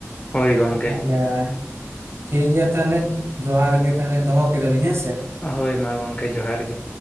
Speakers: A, on the left; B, on the right.
A: ᱦᱳᱭ ᱜᱚᱝᱠᱮ
B: ᱛᱟᱦᱞᱮ ᱴᱷᱤᱠ ᱜᱮᱭᱟ ᱛᱟᱦᱚᱞᱮ ᱡᱚᱦᱟᱨ ᱜᱮ ᱛᱟᱦᱚᱞᱮ ᱫᱚᱦᱚ ᱠᱮᱫᱟᱞᱤᱧ ᱦᱮᱸ ᱥᱮ ᱾
A: ᱦᱳᱭ ᱢᱟ ᱜᱚᱢᱠᱮ ᱡᱚᱦᱟᱨ ᱜᱮ᱾